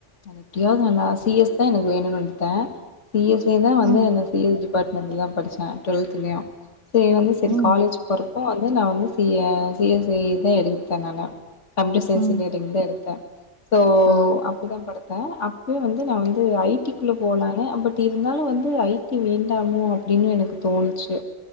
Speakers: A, on the left; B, on the right.
A: நானு எப்டியாது நல்லா சி எஸ் தா எனக்கு வேணுன் எடுத்த சி எஸ் இ தா வந்து
B: ம்
A: சி எஸ் டிபார்ட்மெண்ட்லதா படிச்ச டுவெல்த்லயு செரி வந்து சரி
B: ம்
A: காலேஜ் போறப்ப வந்து நா வந்து சி சி எஸ் இ தா எடுத்த நானு கம்யூட்டர் சய்ன்ஸ்
B: ம்
A: இன்ஜினியரிங்தா எடுத்த சோ
B: ஆ
A: அப்டிதா படி ச்ச அப்பயு வந்து நா வந்து இது ஐ டி க்குள்ள போலானு பட் இருந்தாலு வந்து ஐ டி வேண்டாமோ அப்டினு எனக்கு தோணுச்சு